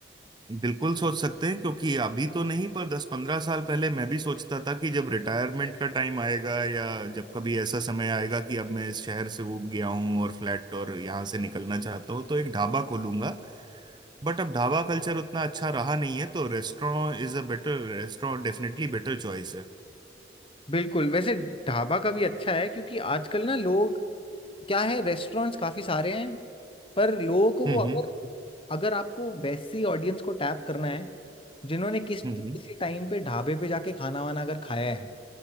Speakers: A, on the right; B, on the left.
A: बिल्कुल सोच सकते हैं क्योंकि अभी तो नहीं पर दस पंद्रह साल पहले मैं भी सोचता था कि जब रिटायरमेंट का टाइम आएगा या जब कभी ऐसा समय आएगा कि अब मैं इस शहर से ऊब गया हूँ और फ्लैट और यहाँ से निकलना चाहता हूँ तो एक ढाबा खोलूंगा बट अब ढाबा कल्चर उतना अच्छा रहा नहीं है तो restaurant is a better restaurant definitely better choice है
B: बिल्कुल वैसे ढाबा का भी अच्छा है क्योंकि आजकल ना लोग क्या है रेस्टोरेंट्स काफ़ी सारे हैं पर लोगों को
A: हम्म
B: वो अगर
A: हम्म
B: अगर आपको वैसी ऑडियंस को टैप करना है जिन्होंने किस
A: हम्म
B: किसी
A: हम्म
B: टाइम पे ढाबे पे जाके खाना वाना अगर खाया है